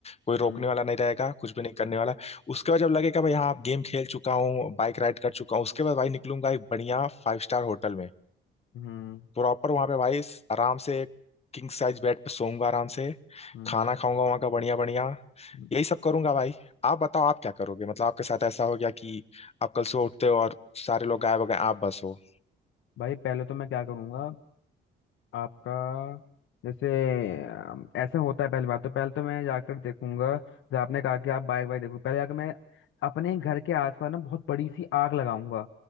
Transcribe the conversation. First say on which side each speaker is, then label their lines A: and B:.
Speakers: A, on the left; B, on the left.
A: कोई रोकने
B: हम्म
A: वाला नहीं रहेगा कुछ भी नहीं करने वाला उसके बाद जब लगेगा भाई हाँ आप गेम खेल चुका हूँ बाइक राइड कर चुका हूँ उसके बाद भाई निकलूंगा एक बढ़िया फाइव स्टार होटल में
B: हम्म
A: प्रॉपर वहां पे भाई आराम से किंग साइज बेड पे सोऊंगा आराम से
B: हम्म,
A: खाना खाऊंगा वहां का बढ़िया बढ़िया
B: हम्म।
A: यही सब करूंगा भाई आप बताओ आप क्या करोगे मतलब आपके साथ ऐसा हो गया कि आप कल सुबह उठते हो और सारे लोग गायब हो गए आप बस हो
B: भाई पहले तो मैं क्या करूँगा आपका जैसे अम, ऐसा होता है पहली बात तो पहले तो मैं जाकर देखूंगा जैसे आपने कहा कि आप बाइक वाइक देखो पहले जाकर मैं अपने घर के आसपास ना बहुत बड़ी सी आग लगाऊंगा